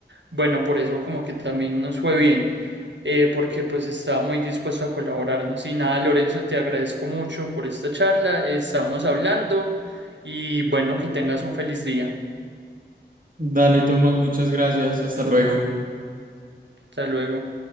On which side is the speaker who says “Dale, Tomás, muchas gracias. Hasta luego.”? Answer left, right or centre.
Right